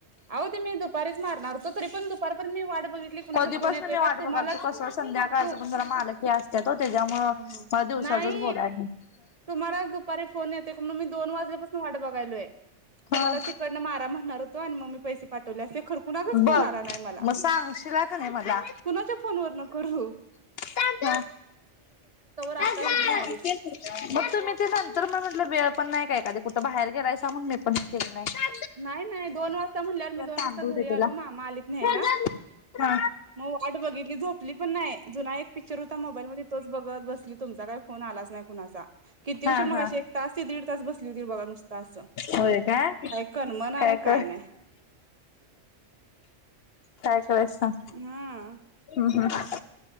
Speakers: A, on the right; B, on the left.
A: अयो ते मी दुपारीच मार हु त तरी पण दुपारपर्यंत मी वाट बघितली कुणाचा
B: कधीपासून
A: फोन येतोय
B: मी वाट
A: का तुम्हालाच
B: बघाल तू कसं संध्याकाळचं
A: तू -
B: पण जरा मालक हे असत्यात ओ त्याच्यामुळं
A: ह ह
B: मला दिवसाचच
A: नाही
B: बोलाय
A: तुम्हाला दुपारी फोन -- तेक मी दोन वाजल्यापासुन वाट बघायलोयं. तुम्हालाच
B: ह
A: तिकंड मारा म्हणणार होतो आणि मग -- पैसे पाठवले असते खरं कुणाचाच
B: बघ
A: फोन आला नाही मला
B: मग सांगशीला का नाही मला.
A: कुणाच्या फोन वरण करू. हो.
B: <inaudible>
A: आता
B: मग
A: हेनी आलीत
B: तुम्ही ते नंतर म्ह म्हटलं वेळ -- पण नाही. काय कधी कुठं बाहेर गेलाय म्हणुन मी पण केेलं नाही.
A: नाही, नाही. दोन वाजता म्हणल्यावर मी दोन
B: तांदूळ
A: वाजता घरी
B: दे त्याला.
A: आलो. मामा आलीत न्यायला.
B: हा
A: मग वाट बघितली. झोपली पण नाही. जुना एक पिक्चर होता. मोबाईल मध्ये तोच बघत बसली. तुमचा काही फोन आलाच नाही कुणाचा. किती
B: हा,
A: उशीर मग
B: हा,
A: अशी एक तास ते दीड तास बसली होती बघा नुसता असं
B: होय काय.
A: करमण आणि
B: काय कर.
A: नाही
B: काय करायच सांग?
A: हा
B: ह् हम्.